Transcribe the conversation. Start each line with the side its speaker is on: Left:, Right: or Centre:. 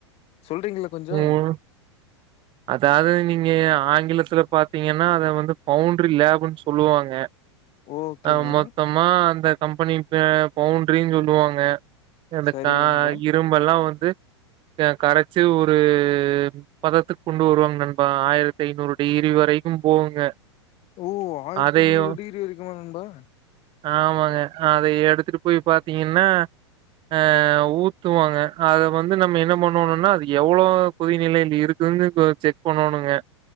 Left: சொல்றீங்களா கொஞ்சோ
Right: ம் அதாவது நீங்க ஆங்கிலத்துல பாத்தீங்கன்னா அத வந்து பவுண்டரி லேப்ன்னு சொல்லுவாங்க
Left: ஓகேங்க.
Right: ஆ மொத்தமா அந்த கம்பெனிப்ப பவுண்டரினு சொல்லுவாங்க <unintelligible>
Left: சரி நண்பா.
Right: இரும்பு எல்லா வந்து து <unintelligible> கரச்சு ஒரு பதத்துக்கு கொண்டு வருவாங்க நண்பா ஆயிரத்தி ஐநூறு டிகிரி வரைக்கும் போகுங்க
Left: ஓ ஆயிரத்தி
Right: அதையும்
Left: ஐநூறு டிகிரி வரைக்குமா நண்பா
Right: ஆமாங்க அத எடுத்துட்டு போய் பாத்தீங்கன்னா ஆஹ் ஊத்து வாங்க அத வந்து நம்ம என்ன பண்ணோனுனா அது எவ்வளோ கொதிநிலைல இருக்குதுன்னு கொ செக் பண்ணணுங்க.